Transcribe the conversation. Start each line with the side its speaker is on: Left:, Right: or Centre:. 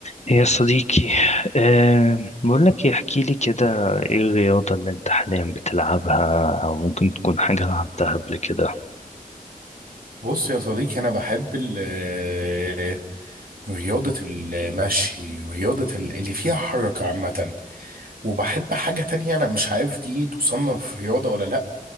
Left: يا صديقي أه بقول لك احكي لي كده ايه الرياضة اللي انت حاليا بتلعبها او ممكن تكون حاجة لعبتها قبل كده
Right: بص يا صديقي أنا بحب ال- رياضة المشي رياضة ال- اللي فيها حركة عامة وبحب حاجة تانية أنا مش عارف دي تصنف رياضة ولا لأ